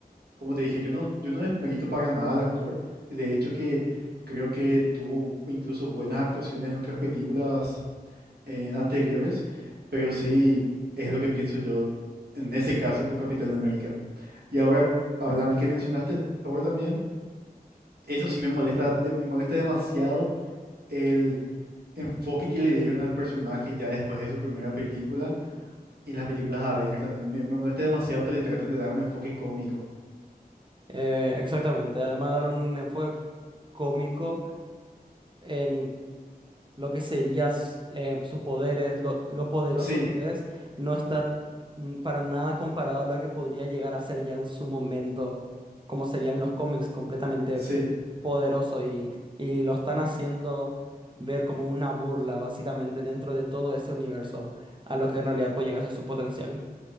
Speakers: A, on the right; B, on the right.
A: Como te dije, yo no, yo no desmerito para nada al actor. De hecho, que creo que tuvo incluso buenas actuaciones en otras películas eh, anteriores, pero sí es lo que pienso yo en ese caso con Capitán América. Y ahora, hablando que mencionaste Thor también, eso sí me molesta, de- me molesta demasiado el enfoque que le dieron al personaje ya después de su primera película y en las películas de Avengers también. Me, me molesta demasiado que le traten de dar un enfoque cómico.
B: Eh, exactamente. Además, dar un enfoque cómico. en lo que sería s- eh, sus poderes, lo, lo poderoso
A: Sí,
B: que es, no está mm, para nada comparado a lo que podría llegar a ser ya en su momento, como sería en los cómics, completamente
A: sí.
B: poderoso y, y lo están haciendo ver como una burla, básicamente, dentro de todo ese universo, a lo que en realidad puede llegar a ser su potencial.